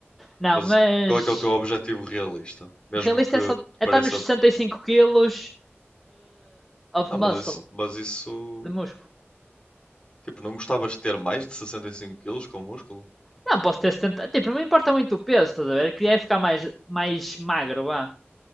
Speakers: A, in the centre; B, on the left.
A: Não,
B: Mas
A: mas.
B: qual é que é o teu objetivo realista? Mesmo
A: Realista
B: que
A: é só.
B: te
A: É
B: pareça.
A: estar nos 65kg of
B: Não,
A: muscle,
B: mas isso, mas isso.
A: de músculo.
B: Tipo, não gostavas de ter mais de 65 quilos com músculo?
A: Não, posso ter 70. Tipo, não me importa muito o peso, estás a ver? Eu queria é ficar mais, mais magro, vá.